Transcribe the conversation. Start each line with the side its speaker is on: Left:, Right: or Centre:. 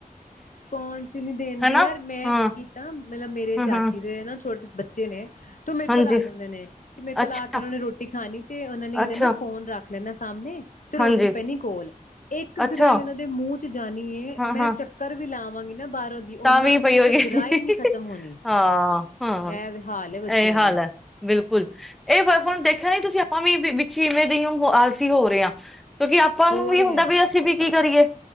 Left: ਸਪੋਂਸ ਹੀ ਨਹੀਂੀ ਦੇਣਗੇ
Centre: ਹਨਾ
Left: ਯਾਰ ਮੈਂ
Centre: ਹਾਂ
Left: ਕੀ ਕੀਤਾ ਮਤਲਬ ਮੇਰੇ
Centre: ਹਾਂ
Left: ਚਾਚੀ
Centre: ਹਾਂ
Left: ਦੇ ਨਾ ਛੋਟੇ ਬੱਚੇ ਨੇ ਤੇ ਉਹ ਮੇਰੇ
Centre: ਹਾਂਜੀ
Left: ਕੋਲ ਆ ਜਾਂਦੇ ਨੇ ਕਿ ਮੇਰੇ ਕੋਲ
Centre: ਅੱਛਾ
Left: ਆ ਕੇ ਉਹਨਾਂ ਨੇ ਰੋਟੀ ਖਾਣੀ ਤੇ ਉਹਨਾ ਨੇ ਕੀ
Centre: ਅੱਛਾ
Left: ਕਰਨਾ ਫੋਨ ਰੱਖ ਖ ਲ ਸਾਹਣੇ ਤੇ ਰੋਟੀ
Centre: ਹਾਂਜੀ
Left: ਪੈਂਣੀ ਕੋਲ ਇੱਕ
Centre: ਅੱਛਾ
Left: ਗ੍ਰਈ ਉਹਨਾਂ ਦੇ ਮੂੰਹ ਜਾਣੀ ਹੈ
Centre: ਹਾਂ
Left: ਮੈਂ
Centre: ਹਾਂ
Left: ਚੱਕਰ ਵੀ ਲਾਵਾਂਗੀ ਨਾ ਬਾਹਰੋਂ ਦੀ ਉਹਨਾਂ
Centre: ਤਾਂ ਵੀ
Left: ਦੀ
Centre: ਪਈ
Left: ਇੱਕ
Centre: ਹੋ ਗ
Left: ਗ੍ਰਾਈ ਨੀ ਖਤਮ ਹੋਣੀ
Centre: ਹਾਂ ਹਾਂ
Left: ਇਹ ਹਾਲ ਹੈ ਬੱਚਿਆਂ
Centre: ਇਹ ਹਾਲ
Left: ਦੇ
Centre: ਹੈ ਬਿਲਕੁਲ ਇਹ ਬਸ ਹੁਣ ਦੇਖ ਦੇੀ ਤੁਸੀਂ ਆਪਾਂ ਵੀ ਵਿੱਚੀ ਇਵੇਂ ਦਈਓ ਅਸੀਂ ਹੋ ਰਹੇ ਹਾਂ ਕਿਉਂਕਿ ਆਪਾਂ
Left: ਹੋ
Centre: ਨੂੰ ਵੀ
Left: ਰਹੇ
Centre: ਹੁੰਦਾ
Left: ਆ
Centre: ਵੀ ਅਸੀਂ ਵੀ ਕੀ ਕਰੀਏ